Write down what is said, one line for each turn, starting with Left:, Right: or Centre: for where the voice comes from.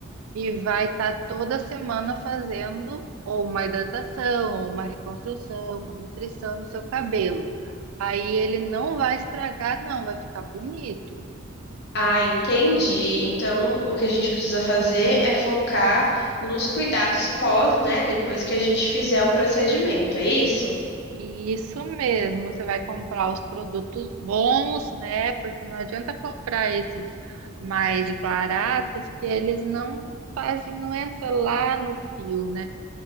Right: E vai estar toda semana fazendo ou uma hidratação, ou uma reconstrução, uma nutrição no seu cabelo. Aí ele não vai estragar, não, vai ficar bonito.
Left: Ah, entendi. Então, o que a gente precisa fazer é focar nos cuidados pós, né? Depois que a gente fizer o procedimento, é isso?
Right: Isso mesmo, você vai comprar os produtos bons, né? Porque não adianta comprar esses mais baratos que eles não fazem, não entra lá no fio, né?